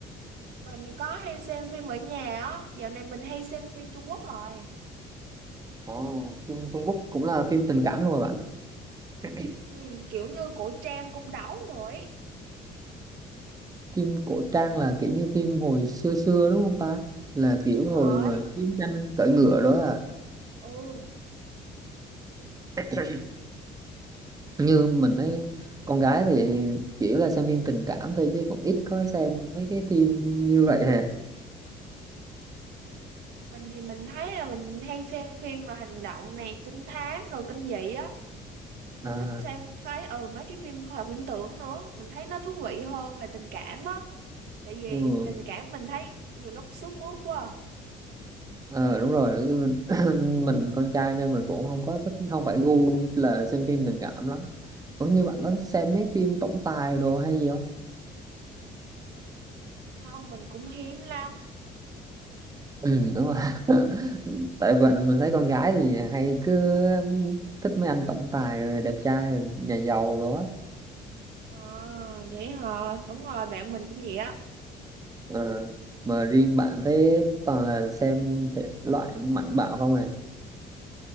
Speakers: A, on the right; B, on the right.
A: Mình có hay xem phim ở nhà á. Dạo này mình hay xem phim Trung Quốc rồi.
B: Ồ, phim Trung Quốc cũng là phim tình cảm luôn mà bạn <clears throat>
A: Ừ, kiểu như cổ trang cung đấu rồi. ấy.
B: phim cổ trang là kiểu như phim hồi xưa xưa đúng không ta là kiểu
A: Đúng rồi.
B: hồi mà chiến tranh cưỡi ngựa đó à,
A: Ừ.
B: à như mình thấy con gái thì kiểu là xem phim tình cảm thôi chứ cũng ít có xem mấy cái phim như vậy hè
A: Mình thì mình thấy là mình hay xem phim mà hành động này, trinh thám rồi kinh dị á. mình
B: à,
A: thích xem phái ừ mấy cái phim khoa học viễn tưởng nữa mình thấy nó thú vị hơn là tình cảm á tại vì
B: ừ,
A: tình cảm mình thấy nhiều lúc sướt mướt quá à.
B: ờ, đúng rồi Chứ mình, <clears throat> mình con trai nên mình cũng không có thích không phải gu là xem phim tình cảm lắm Ủa như bạn có thích xem mấy phim tổng tài đồ hay gì không
A: không mình cũng hiếm lắm
B: ừ đúng rồi <laughs> tại vậy mình thấy con gái thì hay cứ thích mấy anh tổng tài rồi đẹp trai rồi nhà giàu rồi á
A: ờ vậy hả đúng rồi bạn mình cũng vậy á
B: Ờ, mà riêng bạn thấy toàn là xem thể loại mạnh bạo không à